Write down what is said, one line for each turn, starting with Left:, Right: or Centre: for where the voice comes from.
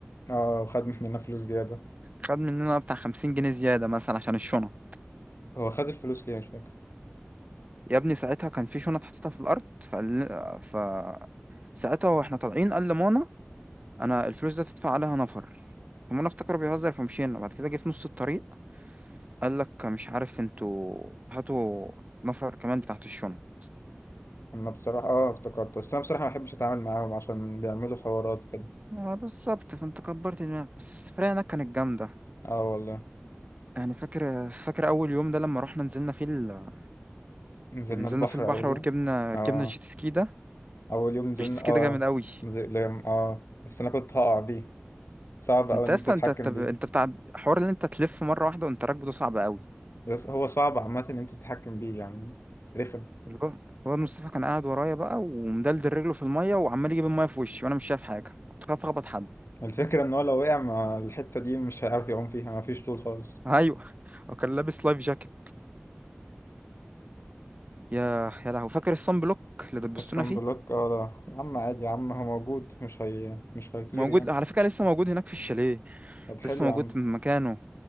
Left: اه وخد مننا فلوس زيادة
Right: خد مننا بتاع 50 جنيه زيادة مثلا عشان الشنط
Left: كان- هو خد الفلوس ليه مش فاكر
Right: يا ابني ساعتها كان في شنط حطيتها في الأرض فقال ف ساعتها واحنا طالعين قال لمانا انا الفلوس ده تدفع عليها نفر فمانا افتكره بيهزر فمشينا بعد كده جه في نص الطريق قال لك مش عارف انتوا هاتوا نفر كمان بتاعت الشنط
Left: انا بصراحة اه افتكرت بس انا بصراحة ما بحبش اتعامل معاهم عشان بيعملوا حوارات كده
Right: اه بالظبط فانت كبرت دماغك بس السفرية هناك كانت جامدة
Left: اه والله
Right: يعني فاكر فاكر أول يوم ده لما رحنا نزلنا فيه ال...
Left: نزلنا
Right: نزلنا
Left: البحر
Right: في البحر
Left: اول
Right: وركبنا
Left: يوم اه
Right: ركبنا جيت سكي ده
Left: اول يوم نزلنا
Right: الجيت سكي
Left: اه
Right: ده جامد أوي
Left: نزل... اه بس انا كنت هقع بيه صعب اوي
Right: انت
Left: ان
Right: اصلا
Left: انت تتحكم
Right: انت انت, انت
Left: بيه
Right: بتاع حوار اللي انت تلف مرة واحدة وانت راكبه ده صعب أوي
Left: يس- هو صعب عامة ان انت تتحكم بيه يعني رخم
Right: اللي هو الواد مصطفى كان قاعد ورايا بقى ومدلدل رجله في المية وعمال يجيب المية في وشي وانا مش شايف حاجة كنت خايف اخبط حد
Left: الفكرة ان هو لو وقع مع الحتة دي مش هيعرف يقوم فيها مفيش طول خالص
Right: ايوه <laughs> وكان لابس لايف جاكيت يا يا لهوي فاكر الصن بلوك اللي دبستونا
Left: الصن
Right: فيه
Left: بلوك اه ده يا عم عادي يا عم هو موجود مش هي مش هيطير
Right: موجود
Left: يعني
Right: على فكرة لسه موجود هناك في الشاليه
Left: طب حلو
Right: لسه موجود
Left: يا عم
Right: في مكانه